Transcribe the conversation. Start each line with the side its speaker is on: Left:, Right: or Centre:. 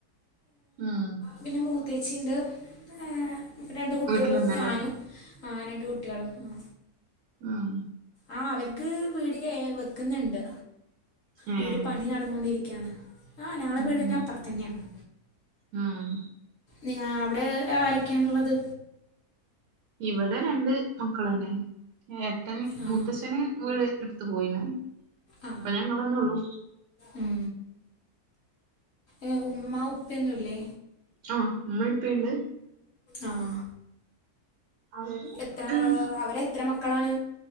Right: ഉം
Left: പിന്നെ മൂത്തേച്ചിയുണ്ട് ഏ രണ്ട കുട്ടികളും
Right: വീട്ടിലന്നെല്ലേ
Left: ഞാനും ആ രണ്ട കുട്ടികളും ആ
Right: ആഹ
Left: ആഹ് അവർക്ക് വീട് കേ വെക്കുന്നുണ്ട്
Right: ഏഹ്
Left: വീട് പണി നടന്നുകൊണ്ടിരിക്കും ആഹ് ഞങ്ങളെ
Right: ഉം
Left: വീട്ന്റെ
Right: ഉം
Left: അപ്പുറത്തന്നെയാണ്
Right: ഉം
Left: നിങ്ങ അവിടെ ആരൊക്കെയണുള്ളത്
Right: ഇവിടെ രണ്ട് മക്കളന്നെ എട്ടൻ
Left: ആ
Right: മുത്തശച്ഛശന് വീട് എടുത്ത പോയിണ് പ്പൊ
Left: ആ
Right: ഞങ്ങളന്നെ ഉള്ളു
Left: ഉം ഏഹ് ഉമ്മാ ഉപ്പന്നുംല്ലേ
Right: ആ നമ്മൾിപ്പുണ്ട്
Left: ആഹ്
Right: അവര്
Left: എത്ര
Right: ഉം
Left: അവരെ എത്ര മക്കളാണ്